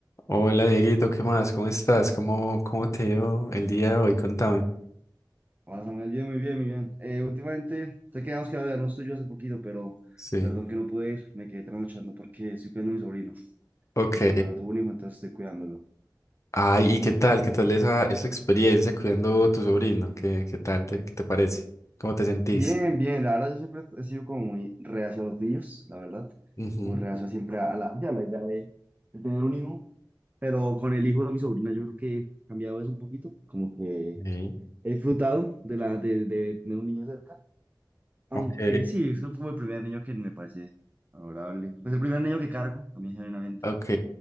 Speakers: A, on the left; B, on the right.
A: Hola Dieguito, ¿qué más? ¿Cómo estás? ¿Cómo, cómo te dio el día de hoy? Contame.
B: Hola Samuel, bien, muy bien, muy bien. Eh, últimamente, sé que habíamos quedado de vernos tú y yo hace poquito, pero
A: Sí.
B: perdón que no pude ir, me quedé trasnochando porque estoy cuidando a mi sobrino.
A: Ok.
B: Mi hermana tuvo un hijo, entonces estoy cuidándolo.
A: Ay, ¿y qué tal? ¿Qué tal esa, esa experiencia cuidando tu sobrino? ¿Qué, qué tal? Te, ¿qué te parece? ¿Cómo te sentís?
B: Bien, bien, la verdad yo siempre he sido como muy reacio a los niños, la verdad.
A: Ujú.
B: Muy reacio siempre a la, sí, a la idea de, de tener un hijo, pero con el hijo de mi sobrina yo creo que he cambiado eso un poquito, como que
A: Sí.
B: he disfrutado de, la, de, de tener un niño cerca. Aunque
A: Ok.
B: sí, es como el primer niño que me parece adorable. Pues el primer niño que cargo, a mí genuinamente.
A: Ok.